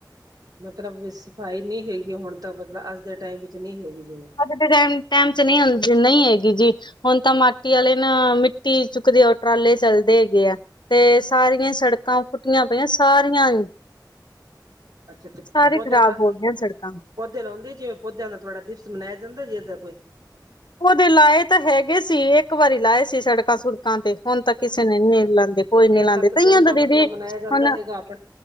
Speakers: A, on the right (about 55°); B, on the left (about 75°).
A: ਮਤਲਬ ਸਫਾਈ ਨੀ ਹੈਗੀ ਹੁਣ ਤਾ ਮਤਲਾ ਅੱਜ ਦੇ ਟਾਈਮ ਵਿੱਚ ਨੀ ਹੈਗੀ ਜੀ।
B: ਅੱਜ ਦੇ ਟੈਮ ਟੈਮ ਚ ਨੲੀਂ ਹੰਜੀ ਨੲੀਂ ਹੈਗੀ ਜੀ ਹੁਨ ਤਾਂ ਮਾਟੀ ਆਲੇ ਨਾ ਮਿੱਟੀ ਚੁੱਕਦੇ ਓ ਟਰਾਲੇ ਚੱਲਦੇ ਹੈਗੇ ਐ। ਤੇ ਸਾਰੀਆਂ ਸੜਕਾਂ ਪੁੱਂਟੀਆਂ ਪਈਐਂਂ ਸਾਰੀਆਂ ਈ।
A: ਅੱਛਾ ਤੇ
B: ਸਾਰੇ
A: ਪੌਦਿਆਂ
B: ਖ਼ਰਾਬ
A: ਦਾ
B: ਹੋ ਗਿਆਂ ਸੜਕਾਂ।
A: ਪੌਦੇ ਲੋਉਂਦੀ, ਜਿਵੇਂ ਪੌਦਿਆਂ ਦਾ ਥੋੜਾ, ਦਿਸਮ ਲੈ ਜਾਂਦਾ ਜੇਦਾ ਕੋਈ।
B: ਪੌਦੇ ਲਾਏ ਤਾਂ ਹੈਗੇ ਸੀ, ਏਕ ਵਾਰੀ ਲਾਏ ਸੀ ਸੜਕਾਂ ਸੁੜਕਾਂ ਤੇ। ਹੁਣ ਤਾਂ ਕਿਸੇ ਨੇ ਨੀ ਲਾਂਦੇ, ਕੋਏ
A: ਜਿਵੇਂ
B: ਨੀ ਲਾਂਦੇ,
A: ਸੱਤ
B: ਕਈਆਂ
A: ਜੂਨ
B: ਦਾ
A: ਮਤਲਬ
B: ਦੀਦੀ, ਹੁਣ
A: ਮਨਾਇਆ ਜਾਂਦਾ ਹੈਗਾ